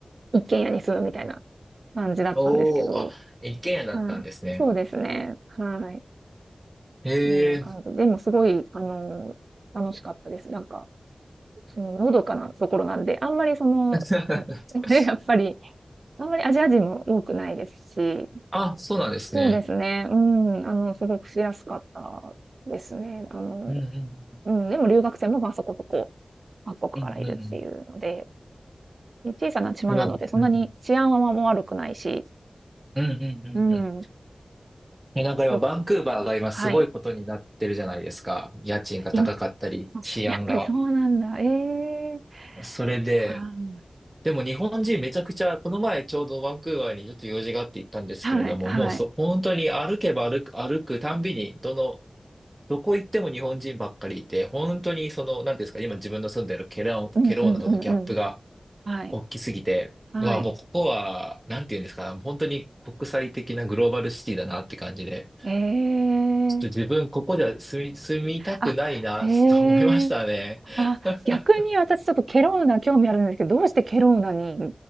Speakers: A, on the right (about 70°); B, on the right (about 20°).
A: 一軒家に住むみたいな感じだったんですけど、
B: おお、あ、一軒家だったんですね。
A: はい。そうですね。はい。
B: へえ。
A: こんな感じ。でもすごい、あの、楽しかったです。なんか、その、のどかなところなんで、あんまりその、
B: <laughs>
A: うん <laughs>、やっぱり、あんまりアジア人も多くないですし、
B: あ、そうなんですね。
A: そうですね。うん。あの、すごくしやすかったですね。あの、
B: うんうん
A: うん。でも留学生も、ま、そこそこ各国からいるっていうので、
B: うん。うんうんうん。
A: で、小さな島なので、
B: 今、
A: そんなに治安はもう悪くないし、
B: うんうんうんうんうん。
A: うん。
B: え、なんか今、
A: よく
B: バンクーバーが今すごいことになってるじゃないですか。
A: はい。
B: 家賃が高かったり、
A: 今あ、
B: 治安が。
A: やっぱりそうなんだ。ええ。
B: それで、
A: は
B: でも日本人めちゃくちゃ、この前ちょうどバンクーバーにちょっと用事があって行ったんですけれども、
A: はいはい。
B: もうそ、本当に歩けば歩く、歩くたんびに、どの、どこ行っても日本人ばっかりいて、本当にその、なんていうんですか、今自分の住んでるケロン、
A: うんうんうんうん。
B: ケローナとのギャップが
A: はい。
B: 大きすぎて、
A: はい。
B: うわ、もうここは、なんていうんですか、本当に国際的なグローバルシティだなって感じで、
A: ええ。
B: ちょっと自分ここじゃ住み、住みたくないな、
A: あ、へ
B: と思いましたね。
A: え。あ、
B: <laughs>
A: 逆に私ちょっとケロウナ興味あるんですけど、どうしてケロウナに、